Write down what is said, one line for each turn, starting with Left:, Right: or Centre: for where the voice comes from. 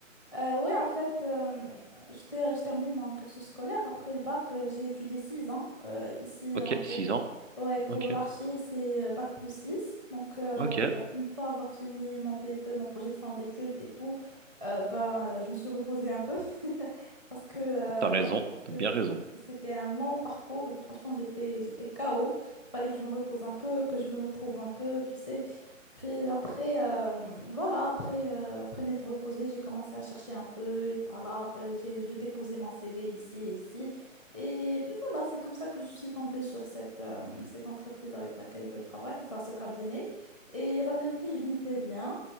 Centre: Euh, ouais, en fait, euh, je, ter- je termine mon cursus scolaire. Après le bac, euh, j'ai étudié six ans euh, ici
Right: Ok,
Centre: en-
Right: six ans.
Centre: Ouais, pour
Right: Ok,
Centre: l'archi, c'est euh, bac plus 6. Donc, euh,
Right: ok,
Centre: une fois avoir fini mon PFE, mon projet de fin d'études et tout, euh, ben, euh, je me suis reposée un peu <laughs> parce que, euh,
Right: t'as raison,
Centre: ouais, parce
Right: t'as
Centre: que
Right: bien raison.
Centre: c'était un long parcours et franchement, j'étais, j'étais KO. Fallait que je me repose un peu, que je me retrouve un peu, tu sais. Puis après, euh, voilà, après, euh, après m'être reposée, j'ai commencé à chercher un peu, et par là, hop, j'ai, j'ai déposé mon CV ici et ici. Et puis voilà, c'est comme ça que je suis tombée sur cette, euh, cette entreprise avec laquelle je travaille, enfin ce cabinet. Et la vérité, je m'y plais bien.